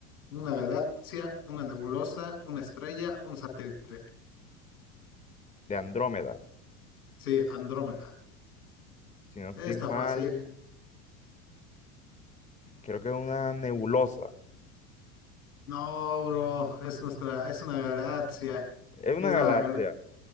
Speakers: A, on the left; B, on the left.
A: ¿Una galaxia, una nebulosa, una estrella, un satélite?
B: De Andrómeda.
A: Sí, Andrómeda.
B: Si no estoy
A: Está
B: mal,
A: fácil.
B: creo que es una nebulosa.
A: No, bro, es nuestra, es una galaxia.
B: Es una
A: Es
B: galaxia.
A: la, gal-